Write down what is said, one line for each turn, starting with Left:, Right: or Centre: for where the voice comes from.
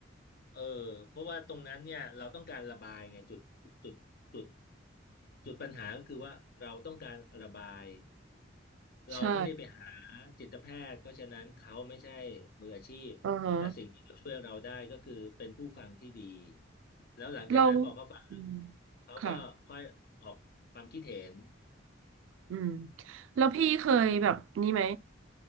Left: เออเพราะว่าตรงนั้นเนี่ยเราต้องการระบายไงจุดจุดจุดจุดปัญหาก็คือว่าเราต้องการระบายเราไม่ได้ไปหา
Right: ใช่
Left: จิตแพทย์เพราะฉะนั้นเขาไม่ใช่มืออาชีพแต่สิ่งที่เขาช่วยเราได้ก็คือเป็นผู้ฟังที่ดี
Right: อือฮะ
Left: แล้วหลังจากนั้นพอเขาฟัง
Right: เราอืม
Left: เขาก็ค่อยออกความคิดเห็น
Right: ค่ะอืมแล้วพี่เคยแบบนี้ไหม